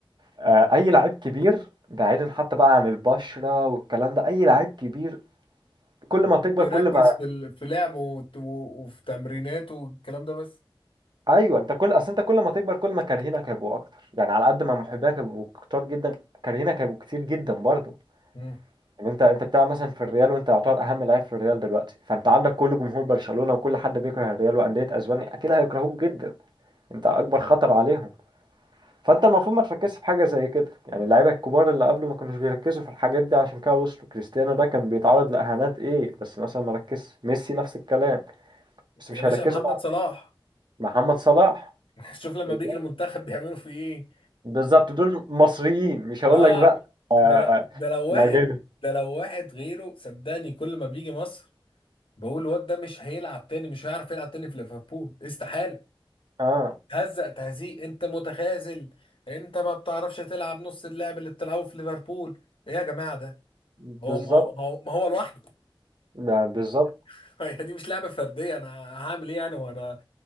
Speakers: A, on the right; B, on the left.
A: آه، اي لعيب كبير بعيدا حتى بقى عن البشرة والكلام ده اي لعيب كبير كل
B: المفروض
A: ما تكبر
B: يركز
A: كل ما
B: في ال... في لعبه وت... و- وفي تمريناته والكلام ده بس
A: ايوه انت كل اصل انت كل ما تكبر كل ما كارهينك هيبقوا اكتر يعني على قد ما محبينك هيبقوا كتار جدا كارهينك هيبقوا كتير جدا برضه
B: مم.
A: ان انت انت بتلعب مثلا في الريال وانت يعتبر اهم لاعب في الريال دلوقتي فانت عندك كل جمهور برشلونة وكل حد بيكره الريال واندية اسبانيا اكيد هيكرهوك جدا انت اكبر خطر عليهم فانت المفروض ما تركزش في حاجه زي كده يعني اللعيبه الكبار اللي قبله ما كانوش بيركزوا في الحاجات دي عشان كده وصلوا كريستيانو ده كان بيتعرض لاهانات ايه بس مثلا ما ركزش ميسي نفس الكلام بس
B: يا
A: مش
B: باشا
A: هيركزوا
B: محمد
A: مع
B: صلاح
A: محمد صلاح
B: <laughs> شوف لما
A: بالظبط
B: بيجي المنتخب بيعملوا فيه ايه
A: بالظبط، دول مصريين مش هقول
B: اه
A: لك بقى آه،
B: ده لا ده لو واحد
A: الاجانب
B: ده لو واحد غيره صدقني كل ما بيجي مصر بقول الواد ده مش هيلعب تاني مش هيعرف يلعب تاني في ليفربول استحالة
A: اه
B: هزق تهزيق انت متخاذل انت ما بتعرفش تلعب نص اللعب اللي بتلعبه في ليفربول ايه يا جماعه ده
A: بالظبط
B: هو ما هو ما هو ما هو لوحده
A: ده بالظبط
B: <laughs> هي دي مش لعبه فرديه انا هعمل ايه يعني هو انا